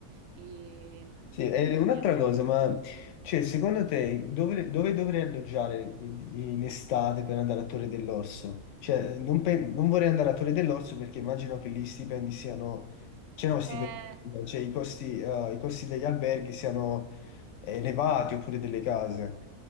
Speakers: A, on the right (about 60°); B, on the left (about 70°).
A: e-
B: Sì,
A: di
B: e
A: linea.
B: un'altra cosa, ma cioè, secondo te dove, dove dovrei alloggiare in, in estate per andare a Torre dell'Orso? Cioè, non, pe- non vorrei andare a Torre dell'Orso perché immagino che lì i stipendi siano, cioè, no, stipendi,
A: Eh,
B: cioè i costi, eh, i costi degli alberghi siano elevati oppure delle case.